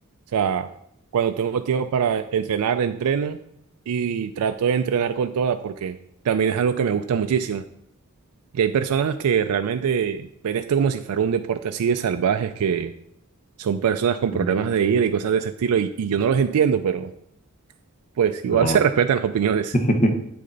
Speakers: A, on the right; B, on the left.
A: O sea, cuando tengo tiempo para entrenar, entreno y trato de entrenar con todas porque también es algo que me gusta muchísimo. Y hay personas que realmente ven esto como si fuera un deporte así de salvajes, que son personas con
B: Mm,
A: problemas de ira y cosas de ese estilo, y, y yo no los entiendo, pero pues
B: No,
A: igual <laughs> se respetan las opiniones.
B: <laughs>